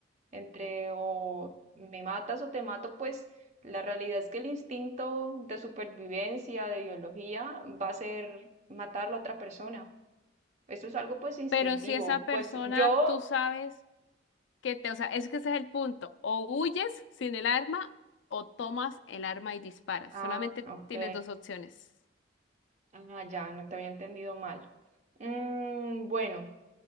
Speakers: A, on the right; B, on the left.
A: entre o me matas o te mato, pues la realidad es que el instinto de supervivencia, de biología, va a ser matar a la otra persona. Eso es algo pues instintivo.
B: Pero si esa persona
A: Pues yo,
B: tú sabes que te, o sea, es que ese es el punto. O huyes sin el arma o tomas el arma y disparas.
A: ah,
B: Solamente
A: ok,
B: tienes dos opciones.
A: ah, ya, no te había entendido mal. Mm, bueno.